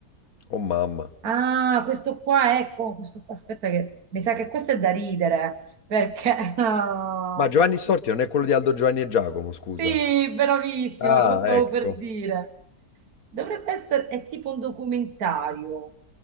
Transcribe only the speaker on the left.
Oh mamma.
Ma Giovanni Storti non è quello di Aldo Giovanni e Giacomo, scusa.
Ah,
ecco.